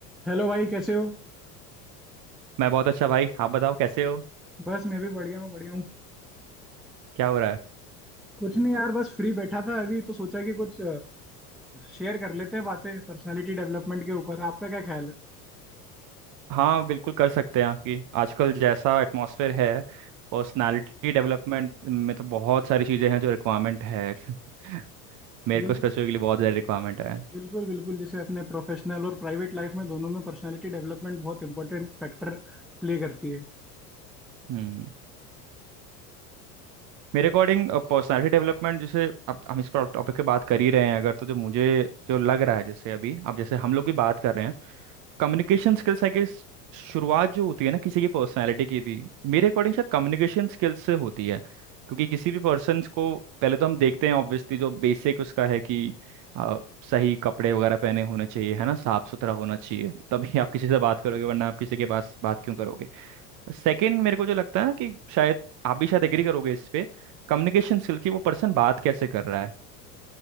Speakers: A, in the centre; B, on the right (about 40°).
A: Hello भाई कैसे हो
B: मैं बहुत अच्छा भाई आप बताओ कैसे हो
A: बस मैं भी बढ़िया हूँ बढ़िया हूँ
B: क्या हो रहा है
A: कुछ नहीं यार बस फ्री बैठा था अभी तो सोचा कि कुछ शेयर कर लेते हैं बातें पर्सनालिटी डेवलपमेंट के ऊपर आपका क्या ख्याल है
B: हाँ बिल्कुल कर सकते हैं आपकी आजकल जैसा एटमॉस्फेयर है पर्सनालिटी डेवलपमेंट में तो बहुत सारी चीज़ें हैं जो रिक्वायरमेंट है <laughs> मेरे
A: बिल्कुल
B: को स्पेसिफिकली बहुत ज़्यादा रिक्वायरमेंट है
A: बिल्कुल बिल्कुल जैसे अपने प्रोफेशनल और प्राइवेट लाइफ में दोनों में पर्सनालिटी डेवलपमेंट बहुत इंपॉर्टेंट फैक्टर प्ले करती है
B: हम्म मेरे अकॉर्डिंग पर्सनालिटी डेवलपमेंट जैसे अब हम इस टॉपिक पे बात कर ही रहे हैं अगर तो जो मुझे जो लग रहा है जैसे अभी अब जैसे हम लोग भी बात कर रहे हैं कम्युनिकेशन स्किल्स है कि शुरुआत जो होती है ना किसी की पर्सनालिटी की भी मेरे अकॉर्डिंग शायद कम्युनिकेशन स्किल्स से होती है क्योंकि किसी भी पर्सन को पहले तो हम देखते हैं ऑब्वियसली जो बेसिक उसका है कि अ, सही कपड़े वगैरह पहने होने चाहिए है ना साफ सुथरा होना चाहिए तभी आप किसी से बात करोगे वरना आप किसी के पास बात क्यों करोगे सेकंड मेरे को जो लगता है ना कि शायद आप भी शायद एग्री करोगे इस पे कम्युनिकेशन स्किल की वो पर्सन बात कैसे कर रहा है